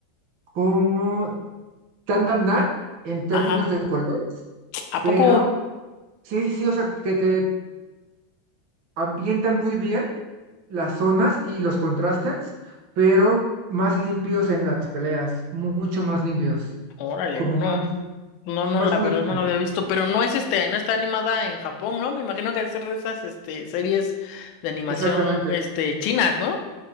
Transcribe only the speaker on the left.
Ajá.
¿A
poco?
Órale,
no,
no, no,
la
verdad no la había visto, pero no es este, no está animada en Japón, ¿no? Me imagino que debe ser de esas este, series de animación
este, chinas, ¿no?